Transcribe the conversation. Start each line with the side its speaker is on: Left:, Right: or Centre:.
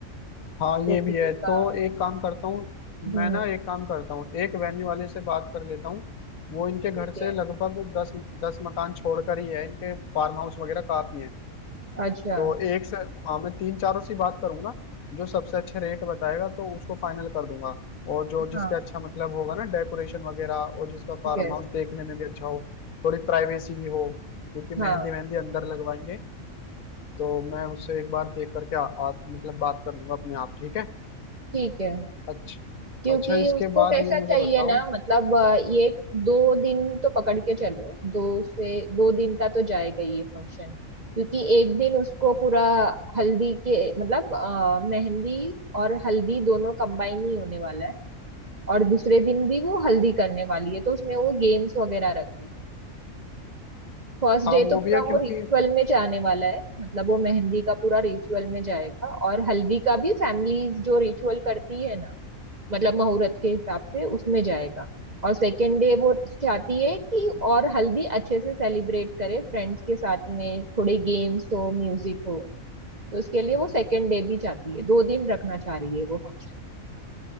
Left: हाँ
Right: तो
Left: ये भी
Right: किसी
Left: है
Right: का
Left: तो एक काम करता हूँ
Right: हम्म
Left: मैं ना एक काम करता हूँ एक वेन्यू वाले से बात कर लेता हूँ वो इनके घर
Right: ठीक
Left: से
Right: है
Left: लगभग दस दस मकान छोड़कर ही है इनके फार्म हाउस वगैरह काफी हैं
Right: अच्छा
Left: तो एक से हाँ मैं तीन चारों से ही बात करूंगा जो सबसे अच्छे रेट बताएगा तो उसको फाइनल कर दूंगा और जो जिसके
Right: हाँ
Left: अच्छा मतलब होगा ना डेकोरेशन वगैरह और जिसका फार्म
Right: यस
Left: हाउस देखने में भी अच्छा हो थोड़ी प्राइवेसी भी हो क्योंकि मेहंदी
Right: हाँ
Left: मेहंदी अंदर लगवाएंगे तो मैं उससे एक बार देख करके आ, आ, मतलब बात कर लूंगा अपने आप ठीक है
Right: ठीक है
Left: अच्छा
Right: क्योंकि
Left: अच्छा इसके
Right: उसको
Left: बाद
Right: कैसा
Left: ये
Right: चाहिए
Left: मुझे बताओ
Right: ना मतलब अ, ये दो दिन तो पकड़ के चलो दो से दो दिन का तो जाएगा ये फंक्शन क्योंकि एक दिन उसको पूरा हल्दी के मतलब अ, मेहंदी और हल्दी दोनों कंबाइन ही होने वाला है और दूसरे दिन भी वो हल्दी करने वाली है तो उसमें वो गेम्स वगैरह रखेगी फर्स्ट
Left: हाँ
Right: डे
Left: वो
Right: तो पूरा
Left: भी है क्योंकि
Right: वो रिचुअल में जाने वाला है मतलब वो मेहंदी का पूरा रिचुअल में जाएगा और हल्दी का भी फैमिली जो रिचुअल करती है ना मतलब मुहूर्त के हिसाब से उसमें जाएगा और सेकेंड डे वो चाहती है कि और हल्दी अच्छे से सेलिब्रेट करे फ्रेंड्स के साथ में थोड़े गेम्स हो म्यूजिक हो तो उसके लिए वो सेकेंड डे भी चाहती है दो दिन रखना चाह रही है वो फंक्शन